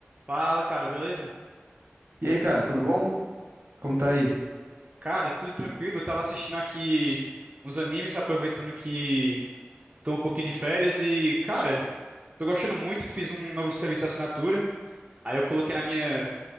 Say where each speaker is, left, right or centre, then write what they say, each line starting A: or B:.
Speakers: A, on the right; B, on the right.
A: Fala, cara, beleza?
B: E aí, cara, tudo bom? Como tá aí?
A: Cara, tudo tranquilo. Eu tava assistindo aqui uns animes, aproveitando que tô um pouquinho de férias e, cara, tô gostando muito. Fiz um novo serviço de assinatura. Aí eu coloquei na minha,